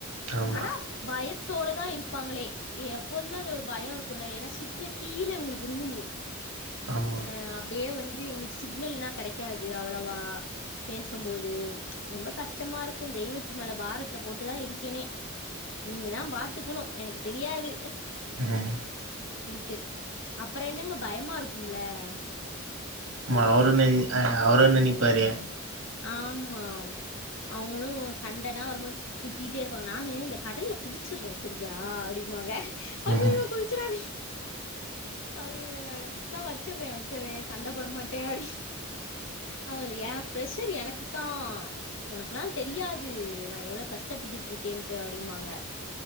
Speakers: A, on the right; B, on the left.
A: ஆமா
B: ஆனா பய த்தோட தா இருப்பாங்களே எப்போதுமே அது ஒரு பயோ இருக்குல ஏன்னா சிப்ல கீழ உங்களுக்கு ரூமு
A: ஆமா
B: அ அப்டியே வந் இது எங்களுக்கு சிக்னல்னா கெடைக்காது அவ்வளவா பேசும்போது ரொம்ப கஷ்டமா இருக்கு தெய்வத்து மேல பாரத்த போட்டுதா இருக்கேனே நீங்க தா பாத்துக்கணு எனக்கு தெரியாது
A: அஹ்
B: டு அப்புறோ என்னங்க பயமா இருக்கும்ல அ
A: ஆமா அவரு நி அ அவரு நினைப்பாரு
B: ஆமாம் அவங்களு சண்ட தா வரும்போது திட்டிட்டே இருப்பாங்க நானு இந்த கடல்ல குதிச்சுடுறே சரியா அப்டிமாங்க அய்யயோ
A: ம்
B: குதிச்சிராதிங் அப்டிவே நானு நா வச்சுறே வச்சுறே சண்டப் போட மாட்டே அடி ஆமா ஏ பிரஸர் எனக்குத்தா உனக்லா தெரியாது நா எவ்ளோ கஸ்டப்பட்டுட்ருக்கேன்டு அப்டி டின்பாங்க